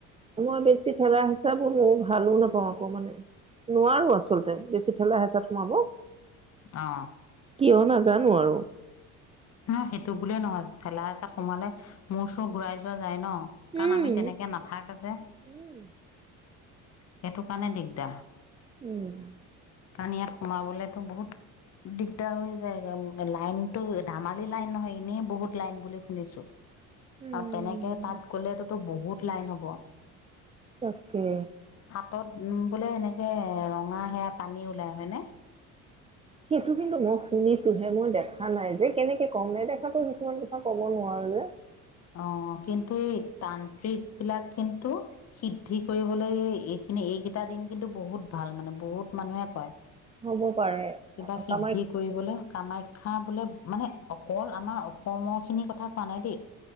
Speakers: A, on the right; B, on the left.
A: মই বেছি ঠেলা হিচাবোৰ মই ভালো নাপাওঁ আকৌ মানে। নোৱাৰোঁ আচলতে বেছি ঠেলা হেঁচাত সোমাব।
B: অ!
A: কিয় নাজানো আৰু।
B: নাই সেইটো বুলিয়ে নহয় ঠেলা হেঁচাত সোমালে মূৰ চুৰ ঘূৰাই যোৱা যায় ন'। কাৰণ
A: উম
B: আমি তেনেকে নাথাকে যে।
A: উম
B: সেইটো কাৰণে দিগদাৰ।
A: উম!
B: কাৰণ ইয়াত সোমাবলৈটো বহুত দিগদাৰ হৈ যায়, লাইনটো ধামালি লাইন নহয় এনেই বহুত লাইন বুলি শুনিছো
A: উম
B: আৰু তেনেকে তাত গ'লেতো বহুত লাইন হ'ব।
A: তাকে।
B: ত নো বোলে এনেকে ৰঙা সেয়া পানী ওলাই হয় নে?
A: সেইটো কিন্তু মই শুনিছোহে মই দেখা নাই যে কেনেকৈ কম নেদেখাকৈ কিছুমান কথা ক'ব নোৱাৰ যে।
B: অ কিন্তু এই তান্ত্ৰিক বিলাক কিন্তু সিদ্ধি কৰিবলৈ ই খিনি এইকেইটা দিন কিন্তু বহুত ভাল মানে বহুত মানুহে কয়।
A: হ'ব পাৰে
B: কিবা সিদ্ধি
A: কামাখ্যা
B: কৰিবলৈ কামাখ্য খা বোলে মানে অকল আমাৰ অসমৰ খিনিৰ কথা কোৱা নাই দেই।